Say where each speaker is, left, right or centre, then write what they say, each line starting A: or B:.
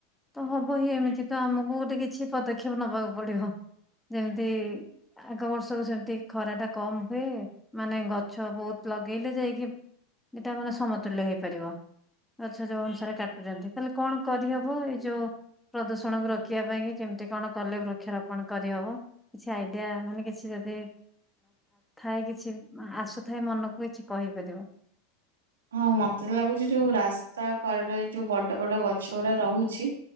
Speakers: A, in the centre; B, on the right.
A: ତ ହବ ହି ଏମିତି ତ ଆମକୁ ଗୋଟେ କିଛି ପଦକ୍ଷେପ ନବାକୁ ପଡିବ। ଯେମିତି ଆଗ ବର୍ଷକୁ ସେମିତି ଖରା ଟା କମ ହୁଏ ମାନେ ଗଛ ବହୁତ ଲଗେଇଲେ ଯାଇକି ଏଇଟା ମାନେ ସମତୁଲ୍ୟ ହେଇପାରିବ। ଆଚ୍ଛା ଯୋଉ ଅନୁସାରେ କାଟୁଛନ୍ତି ତାହେଲେ କଣ କରିହବ ଏ ଯୋ ପ୍ରଦୂଷଣକୁ ରୋକିବା ପାଇଁ କେମିତି କଣ କଲେ ବୃକ୍ଷରୋପ କଣ କରିହବ କିଛି ଆଇଡିଆ ମାନେ କିଛି ଯଦି ଥାଏ କିଛି ଆସୁଥାଏ ମନକୁ କିଛି କହିପାରିବ।
B: ହଁ ମତେ ଲାଗୁଛି ଯୋଉ ରାସ୍ତା କଡରେ ଯୋଉ ବଡ ବଡ ଗଛ ଗୁରା ରହୁଛି